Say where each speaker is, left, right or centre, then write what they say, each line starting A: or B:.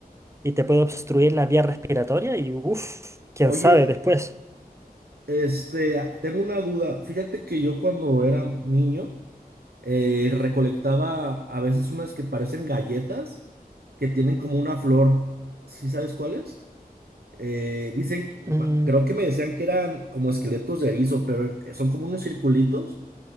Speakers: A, on the right; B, on the right.
A: y te puede obstruir la vía respiratoria y uff, quién
B: Oye,
A: sabe después.
B: este, ah, tengo una duda. Fíjate que yo cuando era niño eh, recolectaba a veces unas que parecen galletas, que tienen como una flor. ¿Sí sabes cuáles? Eh, dicen, ma-
A: Mm,
B: creo que me decían que eran como esqueletos de erizo, pero son como unos circulitos